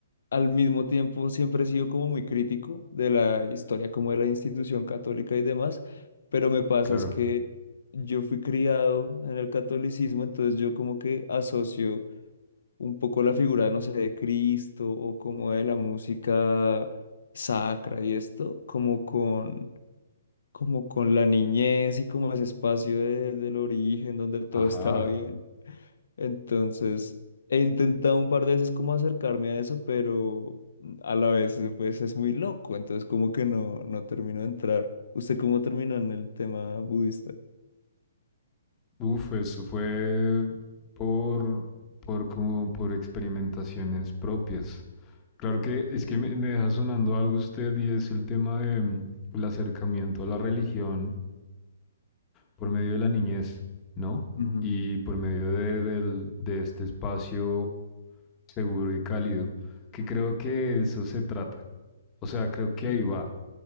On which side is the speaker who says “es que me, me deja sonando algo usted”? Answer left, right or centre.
Left